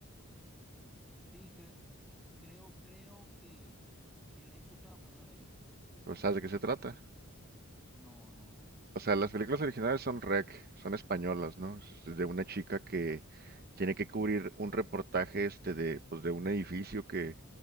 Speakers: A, in the centre; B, on the right (about 45°).
A: Sí, cre- creo, creo que, que la he escuchado, pero no la he visto.
B: ¿O sabes de qué se trata?
A: No, no.
B: O sea, las películas originales son REC, son españolas, ¿no? Es de una chica que tiene que cubrir un reportaje este de, pues, de un edificio que,